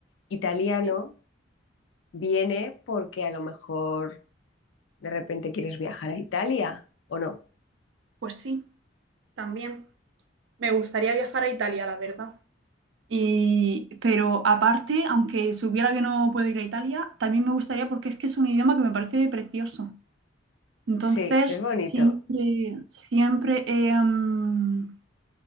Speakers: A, on the left; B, on the right.
A: italiano
B: sí,
A: viene porque a lo mejor de repente quieres viajar a Italia o no.
B: pues sí, también. Me gustaría viajar a Italia, la verdad. Y, pero aparte, aunque supiera que no puedo ir a Italia, también me gustaría porque es que es un idioma que me parece precioso. Entonces,
A: Sí, es bonito.
B: siempre, siempre eh, mm,